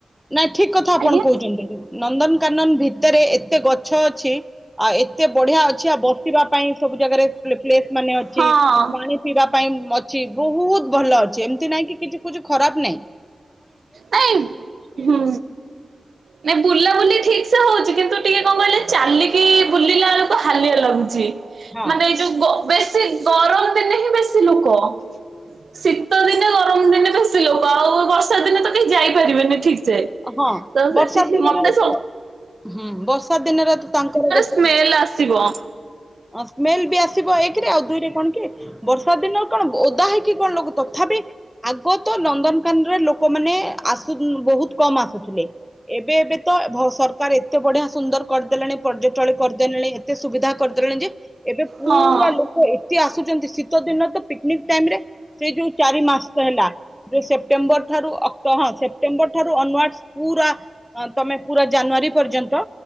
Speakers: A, in the centre; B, on the right.
A: ନାଇଁ ଠିକ କଥା ଆପଣ
B: ଆଜ୍ଞା
A: କହୁଛନ୍ତି। ନନ୍ଦନକାନନ ଭିତରେ ଏତେ ଗଛ ଅଛି ଆଉ ଏତେ ବଢିଆ ଅଛି ଆଉ ବସିବ। ପାଇଁ ସବୁ ଜାଗାରେ ପ୍ଲେ ପ୍ଲେସ୍ ମାନେ ଅଛି
B: ହଁ
A: ପାଣି ପିଇବା। ପାଇଁ ଅଛି ବହୁତ ଭଲ ଅଛି ଏମିତି ନାଇଁ କି କି। ଦେଖୁଛୁ ଖରାପ ନାଇଁ।
B: ନାଇଁ ହୁଁ ନାଇଁ ବୁଲା ବୁଲି ଠିକ। ଇଚ୍ଛା ହଉଛି କିନ୍ତୁ ଟିକେ କଣ କହିଲେ ଚାଲିକି ବୁଲିଲା ବେଳକୁ ହାଲିଆ ଲାଗୁଛି।
A: ହଁ
B: ମାନେ ଏଇ ଯୋଉ ବ ବେଶୀ। ଗରମ ଦିନେ ହିଁ ବେଶୀ ଲୋକ ଶୀତ ଦିନେ ଗରମ ଦିନେ। ସେ ଲୋକ ଆଉ ବର୍ଷା ଦିନେ ତ କେହି ଯାଇପାରିବେନି ସେଠିକି। ସେ
A: ହଁ
B: ତ ସେଠି
A: ବର୍ଷା ଦିନରେ
B: ମତେ ସ
A: ତ ହୁଁ ବ ବର୍ଷା ଦିନରେ ତ ତାଙ୍କର ଗୋଟେ
B: ସ୍ମେଲ ଆସିବ
A: ସ୍ମେଲ୍ ବି ଆସିବ ଏଇଥି ରେ ଆଉ ଦୁଇରେ କଣ କି ବର୍ଷା ଦିନ। କଣ ଓଦା ହେଇକି କଣ ଲୋକ ତଥାପି ଆଗ ତ ନନ୍ଦନକାନରେ ଲୋକମାନେ ଆସୁ <unintelligible> କମ୍ ଆସୁଥିଲେ ଏ ଏବେ ଏବେ ତ ଭ ସରକାର ଏତେ ବଢିଆ ସୁନ୍ଦର କରିଦେଲେଣି ପର୍ଯ୍ୟଟଳି କରିଦେଲେଣି ଏତେ ସୁବିଧା କରିଦେଲେଣି ଯେ। ଏବେ ପୁରା
B: ହଁ।
A: ଲୋକ ଏ ନ୍ତି ଆସୁଛନ୍ତି ଶୀତ ଦିନ ତ ପି ପିକିନିକ୍ ଟାଇମ୍ ରେ ସେ ଯୋଉ ଚାରି ମାସ ହେଲା ଯୋଉ ସେ ସେପ୍ଟେମ୍ବରଠାରୁ ଅକ୍ଟ ହଁ ସେପ୍ଟେମ୍ବର। ଠାରୁ ଅନୱାର୍ଡଶ୍ ପୁରା ତମେ ପୁରା ଜାନୁଆରୀ ପର୍ଯ୍ୟନ୍ତ